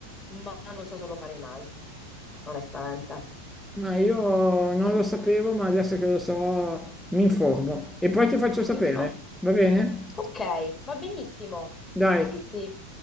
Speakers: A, on the left; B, in the centre.
A: ma non so se lo farei mai, onestamente.
B: ma io non lo sapevo, ma adesso che lo so, mi informo e poi ti faccio sapere,
A: Informati.
B: va bene?
A: Ok, va benissimo.
B: Dai,
A: Sì, sì.